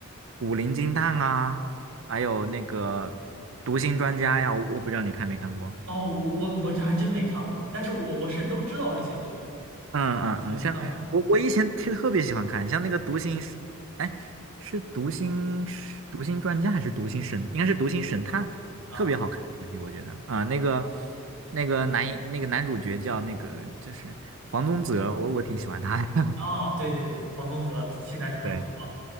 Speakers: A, on the right (about 60°); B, on the right (about 80°).
A: 《古灵精探》啊，还有那个《读心专家》呀，我我不知道你看没看过
B: 哦，我我我这还真没看过，但是我我是都知道这些剧，
A: 嗯嗯嗯，
B: 我没看过
A: 像我我以前特特别喜欢看，像那个《读心》是，哎，是《读心》是读心专家》还是《读心神》？应该是《读心神探》，
B: 啊
A: 特别好看那个剧，我觉得啊，那个那个男一那个男主角叫那个就是黄宗泽，我我挺喜欢他的。
B: 啊，
A: <laughs>
B: 对对对，黄宗泽现在很火
A: 对